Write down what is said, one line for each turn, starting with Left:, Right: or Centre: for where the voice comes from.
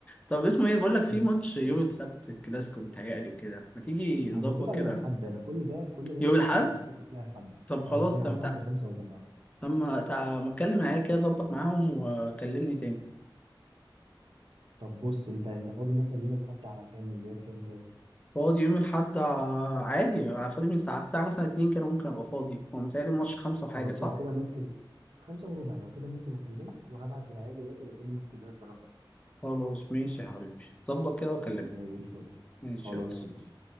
Left: طب اسمه ايه بقول لك في
Right: <laughs>
Left: ماتش يوم السبت الكلاسيكو متهيألي وكده ما تيجي نظبط
Right: هو طلع
Left: كده
Right: يوم الاحد انا كل ده كل ده
Left: يوم
Right: انا كنت
Left: الاحد
Right: فاكره السبت طلع الاحد
Left: طب خلاص
Right: اه طلع
Left: تم
Right: الاحد
Left: تع-
Right: خمسة وربع
Left: طب ما تع- ما اتكلم معايا كده ظبط معاهم وكلمني تاني
Right: طب بص انت انت فاضي مثلا يوم الاحد على كام من بدايه كام كده
Left: فاضي يوم الاحد ع- عادي فاضي من الساعه الساعه مثلا 2 كده ممكن ابقى فاضي هو متهيألي الماتش خمسة
Right: خلاص
Left: وحاجه صح
Right: لو كده ممكن خمسة وربع لو كده ممكن اكلمك وهبعت العيال دلوقتي ولو كان ننزل كلنا نتفرج
Left: خلاص ماشي يا حبيبي ظبط كده وكلمني
Right: زي الفل
Left: ماشي
Right: خلاص
Left: يلا
Right: ماشي